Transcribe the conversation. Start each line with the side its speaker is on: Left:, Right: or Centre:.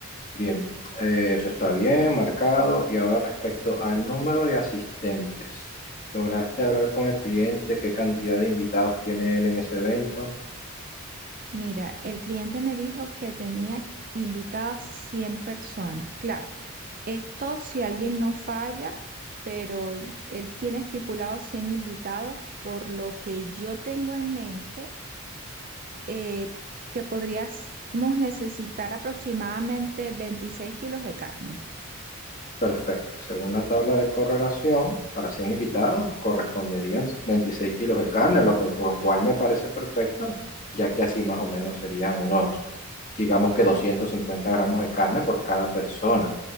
Left: Bien, eh, eso está bien, marcado. Y ahora respecto al número de asistentes, ¿lograste hablar con el cliente? ¿Qué cantidad de invitados tiene él en ese evento?
Right: Mira, el cliente me dijo que tenía invitadas 100 personas. Claro, esto si alguien no falla, pero él tiene estipulado 100 invitados, por lo que yo tengo en mente eh, que podríamos necesitar aproximadamente 26 kilos de carne.
Left: Perfecto. Según la tabla de correlación, para 100 invitados corresponderían 26 kilos de carne, lo que, lo cual me parece perfecto, ya que así más o menos serían unos, digamos que 250 gramos de carne por cada persona.